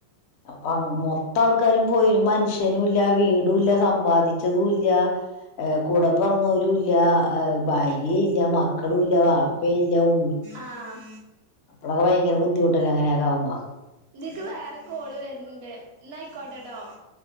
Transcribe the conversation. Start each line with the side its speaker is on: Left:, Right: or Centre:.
Left: അപ്പൊ മൊത്താൾക്കാരും പോയി ഒരു മനുഷ്യനും ഇല്ല വീടൂല്ല സമ്പാദിച്ചതുംല്ല്യ ഏഹ് കൂടെപിറന്നോരുല്ല്യ, ഭാര്യയില്ല്യ, മക്കളുല്ല്യ, വാപ്പയില്ല, ഉ
Right: ആഹ്
Left: അപ്പളൊക്കെ ഭയങ്കര ബുദ്ധിമുട്ടല്ലേ അങ്ങനൊക്കെയാകുമ്പോ
Right: ഇതീക്ക് വേറെ കോള് വര്ണ് ണ്ട് ഇന്നാ അയിക്കോട്ടെട്ടോ